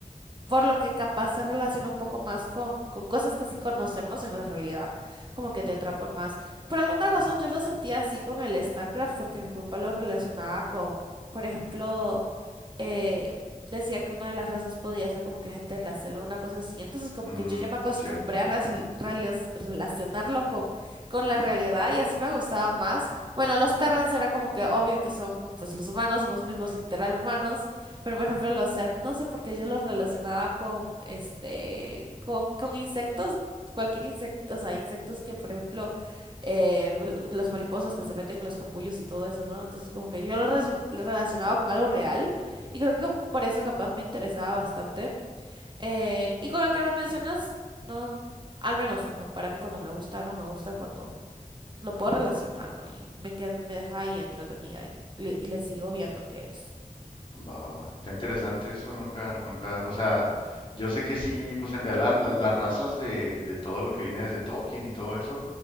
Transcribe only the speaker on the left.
mm,
cierto.
Va, va, va. Está interesante eso, nunca, nunca, o sea, yo sé que sí, pues en realidad la- las razas de, de todo lo que viene desde Tolkien y todo eso,